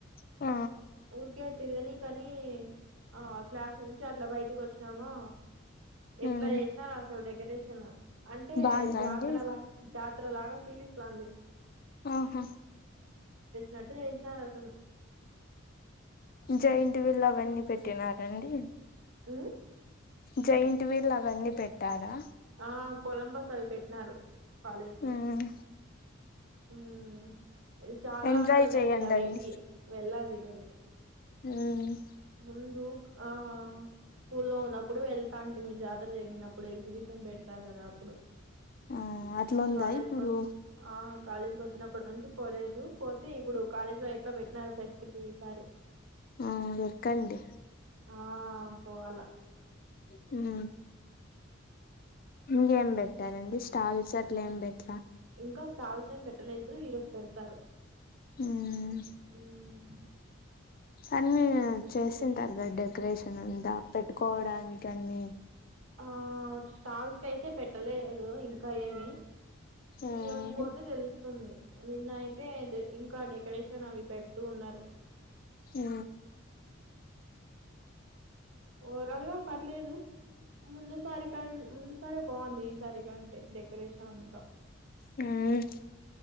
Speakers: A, on the left; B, on the right.
A: ఆ
B: ఊరికే తిరగనికని ఆ క్లాస్ నుంచి అట్లా బయటికి వచ్చినామా ఎట్లా
A: మ్మ్
B: చేసినార అసలు డెకరేషన్ అంటే
A: బాగుందా
B: జాతరలా
A: అండి
B: జాతర లాగా ఫీలిస్తాంది
A: ఆహా
B: నట్టు చేసినారసలు
A: జైట్ వీళ్ళూ అవన్నీ పెట్టినారండి
B: ఉహ్
A: జైంట్ వీళ్ అవన్నీ పెట్టారా
B: ఆ కొలంబస్ అవి పెట్టినారు కాలేజ్ లో
A: మ్మ్
B: ఉహ్ చాలా
A: ఎంజాయ్
B: రోజులయింది
A: చెయ్యండండి
B: ఆవి ఎక్కి వెళ్ళాలి ఈ రోజు
A: హ్మ్
B: ముందు ఆ స్కూల్లో ఉన్నప్పుడు వెల్ ళ్తాంటిమీ జాతర జరిగినప్పుడు ఎగ్జిబిషన్ పెడతారు కదా అప్పుడు
A: ఆ అట్లా ఉందా
B: కాలేజ్
A: ఇప్పుడు
B: కోచ్ ఆ కాలేజ్ కోచ్ వచ్చినప్పటి నుంచి పోలేదు పోతే ఇప్పుడు కాలేజ్ లో ఎట్లా పెట్టినారు ఫెస్ట్కీ ఈసారి
A: ఆ ఎక్కండి
B: ఆ పోవాల
A: హు ఇంగేం పెట్టారండి స్టాల్స్ అట్లా ఏం పెట్లా
B: ఇంకా స్టాల్స్ ఏం పెట్టలేదు ఈరోజు పెడతారు
A: ఉమ్
B: హ్
A: అన్ని చేసింటారు కదా డెకరేషన్ అంతా పెట్టుకోవడానికి అన్ని
B: ఆ స్టాల్స్ కైతే పెట్టలేదు ఇంకా ఏమి
A: ఉమ్
B: ఈ రోజు పోతే తెలుస్ స్తుంది నిన్న అయితే ఇంకా డెకరేషన్ అవి పెడుతూ ఉన్నారు
A: హు
B: ఓవర్ఆల్గా పర్లేదు ముందు సారి కం ముందు సారే బాగుంది ఈసారి కంటే డెకరేషన్ అంతా
A: హ్మ్